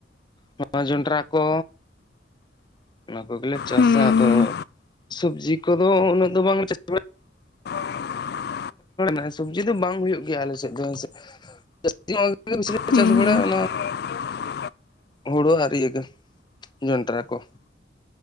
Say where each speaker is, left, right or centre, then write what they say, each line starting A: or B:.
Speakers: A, on the left (about 25°); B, on the left (about 60°).
A: ᱱᱚᱣᱟ ᱡᱚᱱᱰᱨᱟ ᱠᱚ ᱚᱱᱟ ᱠᱚᱜᱮᱞᱮ ᱪᱟᱥ-ᱟ
B: ᱦᱩᱸ
A: ᱟᱫᱚ ᱥᱚᱵᱽᱡᱤ ᱠᱚᱫᱚ ᱩᱱᱟᱹᱜ ᱫᱚ ᱵᱟᱝᱞᱮ ᱪᱟᱥ ᱵᱟᱲᱟᱭᱟ
B: <inaudible>
A: ᱪᱟᱭ ᱥᱚᱵᱽᱡᱤ ᱫᱚ ᱵᱟᱝ ᱦᱩᱭᱩᱜ ᱜᱮᱭᱟ ᱟᱞᱮ ᱥᱮᱫ ᱫᱚ ᱦᱮᱥᱮ ᱡᱟᱹᱥᱛᱤ ᱚᱱᱟ ᱠᱚᱜᱮ ᱵᱤᱥᱤ ᱞᱮ
B: ᱦᱩᱸ
A: ᱪᱟᱥ ᱵᱟᱲᱟᱭᱟ ᱚᱱᱟ
B: <inaudible>
A: ᱦᱳᱲᱳ ᱟᱨ ᱤᱭᱟᱹ ᱜᱮ ᱡᱚᱱᱰᱨᱟ ᱠᱚ